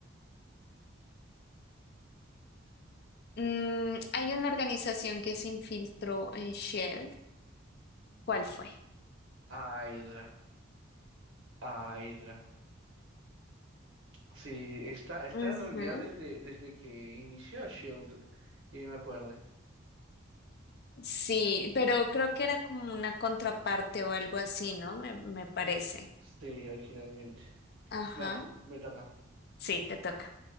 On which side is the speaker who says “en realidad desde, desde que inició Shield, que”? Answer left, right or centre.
Right